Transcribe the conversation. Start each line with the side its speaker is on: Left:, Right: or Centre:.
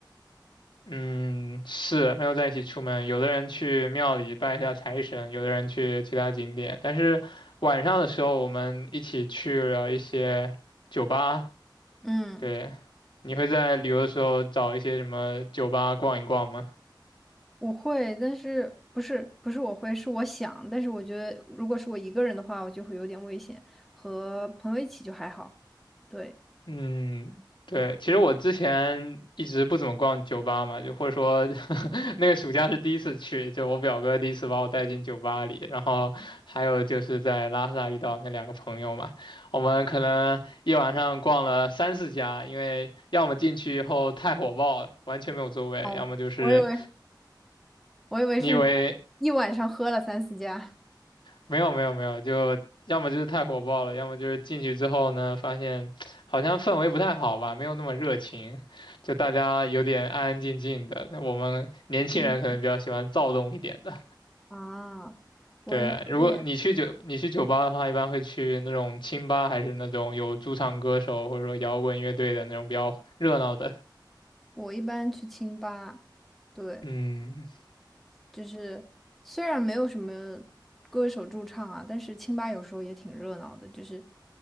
Left: 嗯，是没有在一起出门，有的人去庙里拜一下财神，有的人去其他景点，但是晚上的时候我们一起去了一些酒吧。
Centre: 嗯。
Left: 对，你会在旅游的时候找一些什么酒吧逛一逛吗？
Centre: 我会，但是不是不是我会，是我想。但是我觉得，如果是我一个人的话，我就会有点危险。和朋友一起就还好。对，
Left: 嗯，对，其实我之前一直不怎么逛酒吧嘛，就或者说 <laughs> 那个暑假是第一次去，就我表哥第一次把我带进酒吧里，然后还有就是在拉萨遇到那两个朋友嘛，我们可能一晚上逛了三四家，因为要么进去以后太火爆了，完全没有座位，
Centre: 哦，
Left: 要么就是
Centre: 我以为 <laughs> 我以为是你们一晚上喝了三四家。
Left: 你以为没有没有没有，就要么就是太火爆了，要么就是进去之后呢，发现好像氛围不太好吧，没有那么热情，就大家有点安安静静的。我们年轻人可能比较喜欢躁动一点的。
Centre: 嗯，啊，我的有点，
Left: 对，如果你去酒你去酒吧的话，一般会去那种清吧，还是那种有驻唱歌手或者说摇滚乐队的那种比较热闹的。
Centre: 我一般去清吧，对，
Left: 嗯
Centre: 就是虽然没有什么歌手驻唱啊，但是清吧有时候也挺热闹的，就是